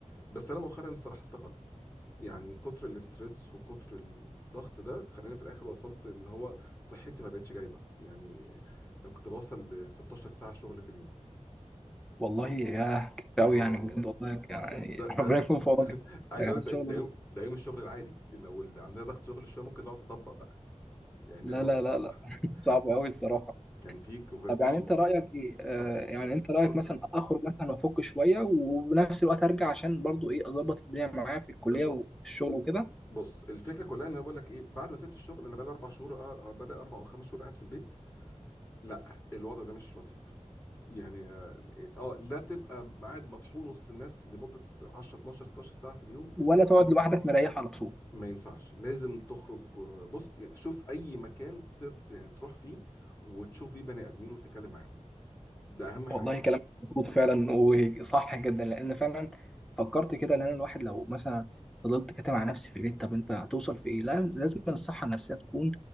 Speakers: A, on the left; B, in the centre.
A: بس انا مؤخرا الصراحه استقلت يعني كتر الاسترس وكتر الضغط ده خلاني في الاخر وصلت ان هو صحتي ما بقتش جايبه يعني كنت بوصل ل 16 ساعه شغل في اليوم
B: والله يا كتير قوي
A: اه
B: يعني بجد والله يعني
A: ده ده
B: ربنا يكون في عونك
A: <laughs> عايز اقول
B: الشغل
A: لك ده ده يوم
B: ده-
A: ده يوم الشغل العادي لو اللي عندنا ضغط شغل شويه ممكن نقعد نطبق بقى يعني
B: لا
A: نقعد
B: لا
A: نطبق
B: لا لا <laughs> صعب
A: <laughs>
B: قوي الصراحه
A: كان في كونفرسيشن
B: طب يعني انت رايك ايه آه
A: اه
B: يعني
A: بص
B: انت رايك
A: بص
B: مثلا
A: بقى.
B: اخرج مثلا وافك شويه وبنفس الوقت ارجع عشان برضو ايه اظبط الدنيا معايا في الكليه
A: بالظبط
B: والشغل وكده
A: بص الفكره كلها ان انا بقول لك ايه بعد ما سبت الشغل انا بقى لي اربع شهور آه آه، بدا اربع او خمس شهور قاعد في البيت لا الوضع ده مش لطيف يعني اه آه، لا تبقى قاعد مطحون وسط الناس لمده 10 12 16 ساعه في اليوم
B: ولا تقعد
A: بل-
B: لوحدك مريح على طول
A: ما ينفعش لازم تخرج آه، بص يعني شوف اي مكان تت... يعني تروح فيه وتشوف فيه بني ادمين وتتكلم معاهم ده اهم حاجه
B: والله كلام مظبوط فعلا وصح جدا لان فعلا فكرت كده ان انا الواحد لو مثلا فضلت كاتم على نفسي في البيت طب انت هتوصل في ايه؟ لا لازم الصحه النفسيه تكون